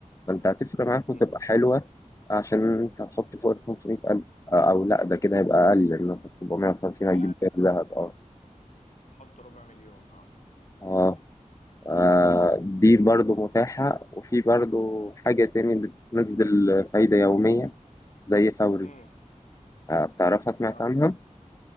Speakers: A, on the left; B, on the left.
A: فأنت هتفرق معاك وتبقى
B: مم.
A: حلوة عشان أنت هتحط فوق ال 500000 آه، أو لأ ده كده هيبقى أقل لأن 450 هتجيب
B: قال
A: فيها ذهب أه
B: حط ربع مليون اه
A: آه آه، دي برضو متاحة وفي برضو حاجة تاني بتنزل فايدة يومية زي فوري
B: امم
A: آه، بتعرفها سمعت
B: اه
A: عنها؟